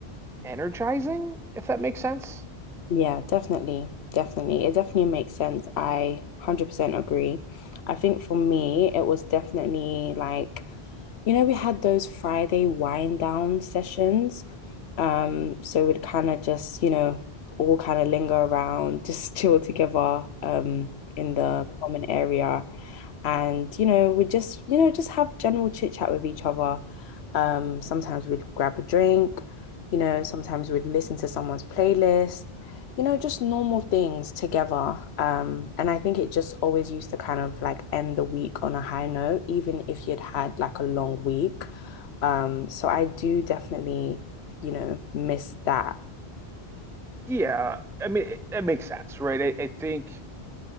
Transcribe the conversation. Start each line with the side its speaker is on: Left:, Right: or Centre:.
Centre: energizing, if that makes sense.
Left: Yeah, definitely. Definitely. It definitely makes sense. I 100% agree. I think for me, it was definitely like you know, we had those Friday wind down sessions. Um, so we'd kind of just, you know, all kind of linger around, just <laughs> chill together, um, in the common area and you know we just you know just have general chit chat with each other um sometimes we'd grab a drink you know sometimes we'd listen to someone's playlist you know just normal things together um and I think it just always used to kind of like end the week on a high note even if you'd had like a long week um so I do definitely you know miss that
Centre: Yeah, I mean, it, it makes sense, right? I, I think.